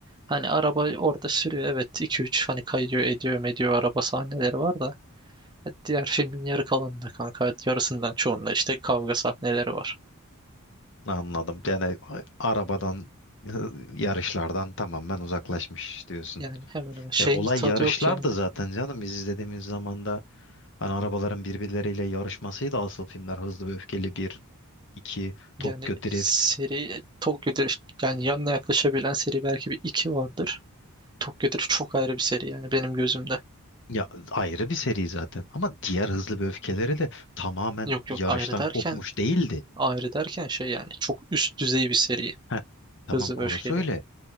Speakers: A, on the right; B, on the left.
A: Hani araba orada sürüyor. Evet iki üç hani kayıyor ediyor mediyor araba sahneleri var da. Diğer filmin yarı kalanında kanka yarısından çoğunda işte kavga sahneleri var.
B: Anladım. Yani a- arabadan, <laughs> yarışlardan tamamen uzaklaşmış diyorsun.
A: Yani hemen hemen şeyin
B: E, olay
A: tadı
B: yarışlar
A: yok yani.
B: da zaten canım. Biz izlediğimiz zaman da hani arabaların birbirleriyle yarışmasıydı asıl filmler. Hızlı ve Öfkeli bir iki
A: Yani
B: Tokyo Drift.
A: seri Tokyo Drift yani yanına yaklaşabilen seri belki bir iki vardır. Tokyo Drift çok ayrı bir seri yani benim gözümde.
B: Ya ayrı bir seri zaten. Ama diğer Hızlı ve Öfkeleri de tamamen
A: Yok
B: yarıştan
A: yok ayrı derken
B: kopmuş değildi.
A: Ayrı derken şey yani çok üst düzey bir seri.
B: Ha, tamam
A: Hızlı
B: orası
A: ve Öfkeli.
B: öyle.